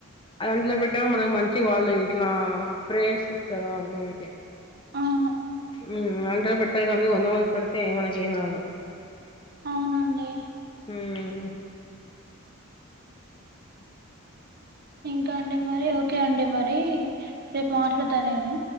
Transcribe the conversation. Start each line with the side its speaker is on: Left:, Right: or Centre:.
Left: అంటలో పెట్టినా మనకు మంచి వాళ్ళు ఇట్లా ప్రేయర్స్ ఇస్తారు వాళ్ళు మనకి
Right: అవును
Left: మ్ అంత బెట్రే కానీ వంద మందికి పెడితే మనకి ఏమి రాదు
Right: అవునండి
Left: మ్
Right: ఇంకా అండి మరి ఓకే అండి మరి రేపు మాట్లాడతా నేను